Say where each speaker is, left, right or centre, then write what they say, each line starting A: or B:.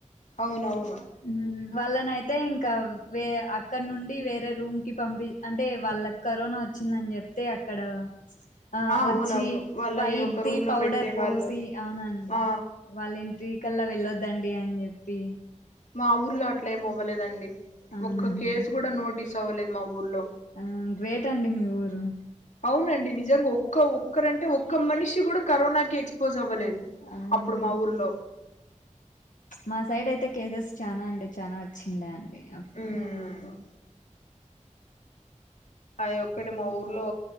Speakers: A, on the left; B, on the left.
A: అవును అవును
B: మ్ వాళ్ళనైతే ఇంకా వే అక్కడ నుండి వేరే రూమ్ కి పంపి అంటే వాళ్ళకి కరోనా వచ్చింద అని చెప్తే అక్కడ ఆ వచ్చి
A: అవునవును వాళ్ళని
B: వైట్దిి
A: ఒక రూమ్ లో
B: పౌడర్
A: పెట్టే
B: పోసి
A: వాళ్ళు
B: అవున అండి
A: ఆ
B: వాళ్ళ ఇంటి కల్లా వెళ్ళొద్ద అండి అని చెప్పి
A: మా ఊర్లో అట్లా ఏం అవ్వలేద అండి
B: అవునండి
A: ఒక్క కేసు కూడా నోటీస్ అవ్వలేదు మా ఊర్లో
B: ఆ గ్రేట్ అండి మీ ఊరు
A: అవున అండి నిజంగా ఒక్క ఒక్కరంటే ఒక్క మనిషి కూడా కరోనాకి ఎక్స్పోజ్ అవ్వలేదు
B: ఆఓ
A: అప్పుడు మా ఊర్లో
B: మా సైడ్ అయితే కేసెస్ చానా అంటే చనా వచ్చి ఉండాయి అండి అప్పుడు
A: ఉమ్ అది ఒక్కటి మా ఊర్లో